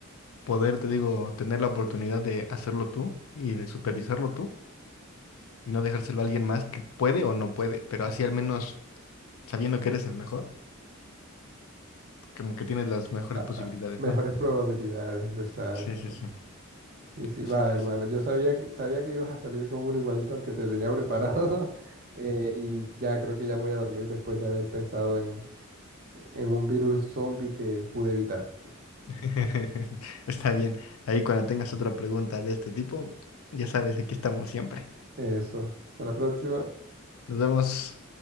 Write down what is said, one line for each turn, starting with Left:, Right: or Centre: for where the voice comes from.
Left: poder, te digo, tener la oportunidad de hacerlo tú y de supervisarlo tú y no dejárselo a alguien más que puede o no puede, pero así al menos sabiendo que eres el mejor, como que tienes las mejores
Right: A-
Left: posibilidades,
Right: a- mejores
Left: ¿no?
Right: probabilidades, exacto.
Left: Sí, sí, Claro.
Right: Sí, sí,
Left: sí.
Right: va,
Left: Sí, sí,
Right: hermano.
Left: sí.
Right: Yo sabía, que- sabía que ibas a salir con un igualito al que te tenía preparado. <laughs> eh, y ya creo que ya me voy a dormir después de haber pensado en, en un virus zombie que pude evitar.
Left: <laughs> Está bien, ahí cuando tengas otra pregunta de este tipo, ya sabes, aquí estamos siempre.
Right: Eso. Hasta la próxima.
Left: Nos vemos.